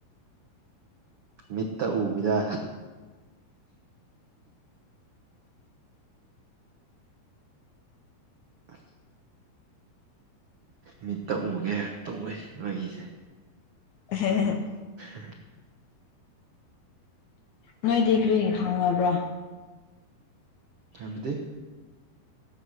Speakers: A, on the right; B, on the left.
A: ꯃꯤꯠꯇ ꯎꯕꯤꯗ ꯑ ꯃꯤꯠꯇ ꯎꯒꯦ ꯇꯧꯋꯦ ꯃꯣꯏꯒꯤꯁꯦ
B: ꯍꯝ
A: ꯍ
B: ꯅꯣꯏꯗꯤ ꯀꯔꯤ ꯈꯪꯉꯕ꯭ꯔꯣ
A: ꯊꯝꯗꯦ